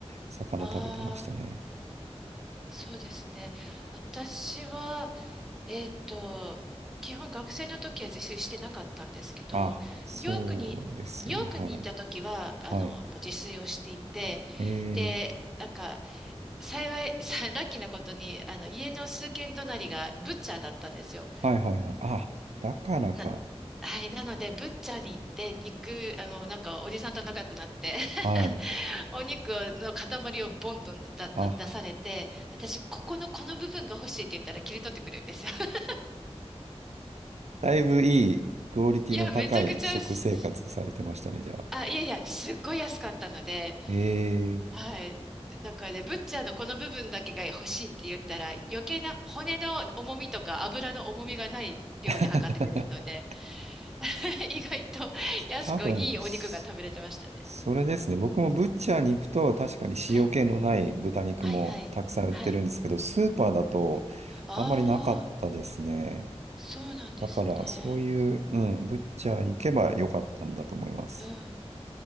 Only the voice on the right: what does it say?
魚食べてましたね。
あ、そうですよね。
はい。
はい。
えー
はいはいはい。あ、だからか。
はい。
あ、
だいぶいいクオリティの高い食生活されてましたね、
じゃあ。
ええ
<laughs>
多分、そそれですね。僕もブッチャーに行くと確かに塩気のない豚肉もたくさん売ってるんですけど、
スーパーだとあんまりなかったですね。
だからそういう、うん、ブッチャーに行けばよかったんだと思います。